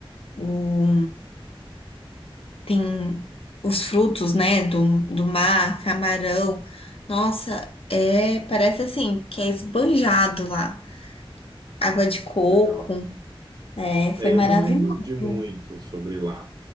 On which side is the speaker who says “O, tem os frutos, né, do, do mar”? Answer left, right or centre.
Left